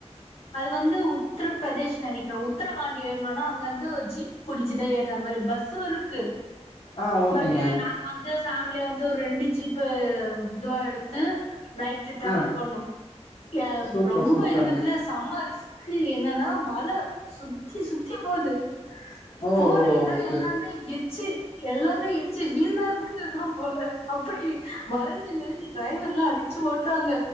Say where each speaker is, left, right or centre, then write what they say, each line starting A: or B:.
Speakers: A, on the left; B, on the left.
A: அது வந்து உத்தரப்பிரதேஷ் நெனைக்கிறே உத்தரகாண்ட் ஏறனும்னா அங்க இந்து ஜீப் புடிச்சுதா ஏறுற மாரி பஸ்ஸு இருக்கு
B: ஆ ஆ ஓகேங்க.
A: பட் நாங்க வந்து ஃபே உள்ளியே வந்து ஒரு ரெண்டு ஜிப்பு இதுவா எடுத் த்து நைட் டிரவல்
B: ஆ
A: பண்ணு ஏ
B: சூப்பர்
A: ரொம்ப
B: சூப்பருங்க.
A: இருக்கதுலே சம்மரிஸ் க்கு என்னன்னா மழ சுத்தி சுத்தி போது
B: ஓ
A: போர
B: ஓ
A: எடோ
B: ஓகே.
A: எல்லாமே எத் ச்சு எல்லாமே இட்ச்சு வீழ்ந்தா வீழ்ந்ததுதா போல அப்புடி வளஞ்சு நெளுஞ்சு டிரைவர்லா அடிச்சு ஓட்றாங்க